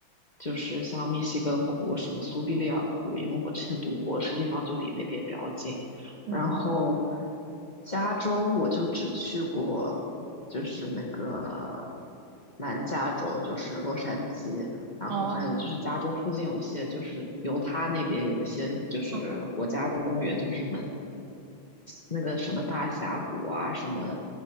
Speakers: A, on the left; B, on the right.
A: 就是像密西根湖、什么苏必利尔湖，因为我之前读博士地方就离那边比较近，
B: 嗯嗯，
A: 然后加州我就只去过，就是那个南加州，就是洛杉矶，然后还有就是加州附近有一些，
B: 哦，
A: 就是犹他那边有一些就是国家公园，
B: 嗯嗯
A: 就是什么那个什么大峡谷啊，什么